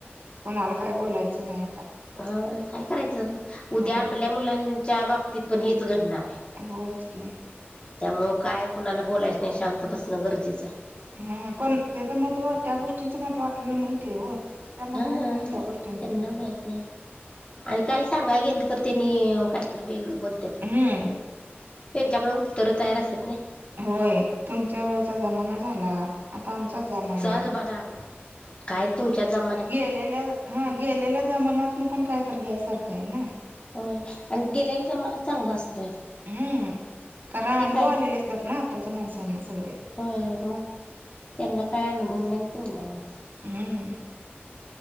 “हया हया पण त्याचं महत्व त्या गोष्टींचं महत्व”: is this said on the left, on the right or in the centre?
Right